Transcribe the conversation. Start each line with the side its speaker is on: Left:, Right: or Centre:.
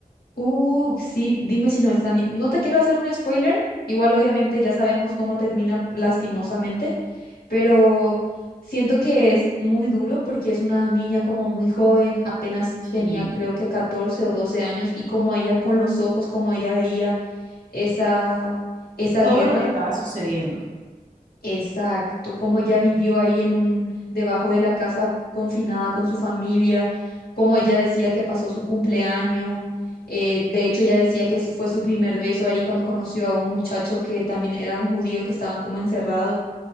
Left: Uh, sí, dime si no están. No te quiero hacer un spoiler. Igual obviamente ya sabemos cómo termina lastimosamente, pero siento que es muy duro porque es una niña como muy joven, apenas
Right: Sí.
Left: tenía creo que 14 o 12 años y como ella con los ojos, como ella veía esa, esa
Right: todo
Left: guerra,
Right: lo que estaba sucediendo.
Left: exacto, como ella vivió ahí en un, debajo de la casa confinada con su familia, como ella decía que pasó su cumpleaños. eh, de hecho, ella decía que su- fue su primer beso ahí cuando conoció a un muchacho que también era un judío que estaban como encerrado.